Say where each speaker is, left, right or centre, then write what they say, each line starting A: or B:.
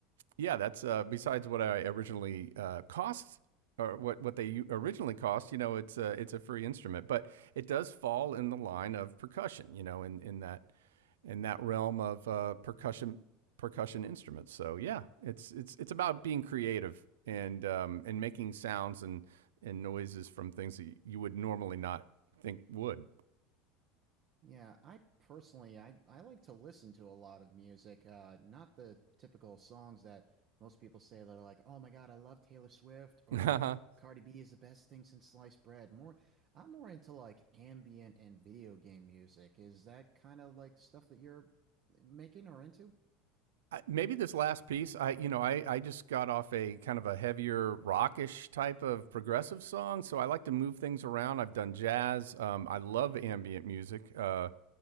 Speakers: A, on the right; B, on the right.
A: yeah, that's uh, besides what I originally uh, cost or what what they originally cost. You know, it's a, it's a free instrument, but it does fall in the line of percussion. You know, in in that in that realm of uh, percussion percussion instruments. So yeah, it's it's it's about being creative and um, and making sounds and and noises from things that you would normally not think would.
B: Yeah, I personally I I like to listen to a lot of music, uh not the typical songs that most people say that are like, "Oh my God, I love Taylor Swift"
A: <laughs>
B: or
A: mm.
B: "Cardi B is the best thing since sliced bread." More I'm more into like ambient and video game music. Is that kind of like stuff that you're eh, making or into?
A: maybe this last piece i you know I, I just got off a kind of a heavier rockish type of progressive song so i like to move things around i've done jazz um, i love ambient music uh,